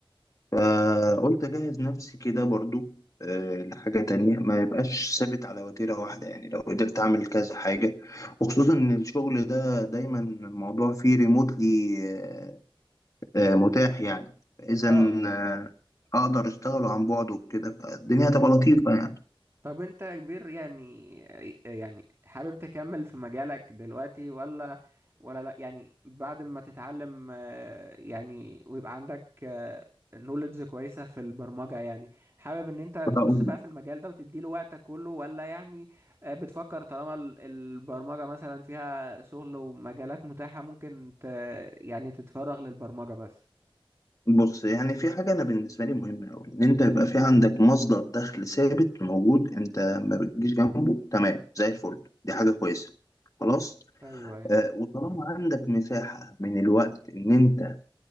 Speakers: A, on the left; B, on the right.
A: فقلت اجهز نفسي كده برضو آه لحاجة تانية ما يبقاش ثابت على وتيرة واحدة يعني لو قدرت اعمل كذا حاجة وخصوصا ان الشغل ده دايما الموضوع فيه ريموتلي آه آه متاح يعني فاذا
B: اه
A: آه، اقدر اشتغله عن بعد وكده فالدنيا هتبقى لطيفة
B: طب انت يا كبير يعني يعني حابب تكمل في مجالك دلوقتي ولا ولا لا يعني بعد ما تتعلم آه، يعني ويبقى عندك نوليدج كويسة في البرمجة يعني حابب ان انت تخش
A: يعني
B: بقى في المجال ده وتديله وقتك كله ولا يعني آه، بتفكر طالما ال- البرمجة مثلا فيها شغل ومجالات متاحة ممكن ت يعني تتفرغ للبرمجة بس
A: بص يعني في حاجة أنا بالنسبة لي مهمة أوي إن أنت يبقى في عندك مصدر دخل ثابت موجود أنت ما بتجيش جنبه تمام زي الفل دي حاجة كويسة خلاص
B: ايوه ايوه
A: آه وطالما عندك مساحة من الوقت إن أنت